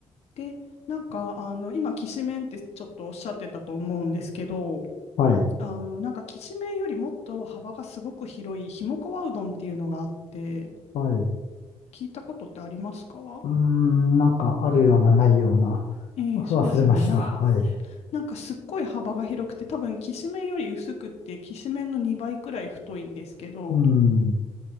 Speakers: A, on the left (about 65°); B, on the left (about 80°).
A: で、なんか、あの、今、きしめんってちょっとおっしゃってたと思うんですけど、
B: はい、
A: あの、なんか、きしめんよりもっと幅がすごく広い、ひもかわうどんっていうのがあって、
B: はい。
A: 聞いたことってありますか
B: うーん、なんかあるようなないような。
A: えーそうですよね。
B: 忘れました。
A: なん、
B: はい。
A: なんか、すっごい幅が広くて、多分、きしめんより薄くって、きしめんの2倍くらい太いんですけど、
B: うん。